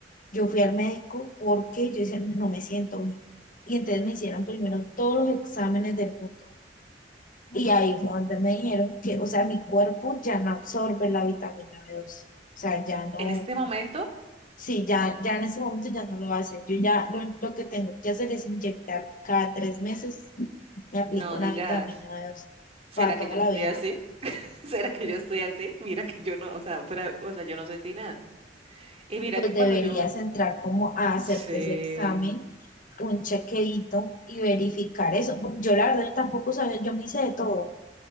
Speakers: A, on the left; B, on the right.
A: yo fui al médico porque yo decía, no me siento bien. Y entonces me hicieron primero todos los exámenes del mundo y ahí fue donde me dijeron que, o sea, mi cuerpo ya no absorbe la vitamina B2. O sea, ya no,
B: En este momento,
A: sí, ya, ya en ese momento ya no lo hace. Yo ya lo, lo que tengo que hacer es inyectar cada tres meses, me aplico
B: no
A: una
B: digas,
A: vitamina B2
B: ¿será
A: para
B: que
A: toda
B: yo
A: la
B: estoy
A: vida.
B: así? <laughs> ¿Será que yo estoy así? Mira que yo no, o sea, fuera- o sea, yo no sentí nada. Y mira
A: Pues
B: que cuando
A: deberías
B: yo,
A: entrar como a hacerte
B: sí,
A: ese examen, un chequeito y verificar eso. Porque Yo la verdad yo tampoco sabía, yo me hice de todo,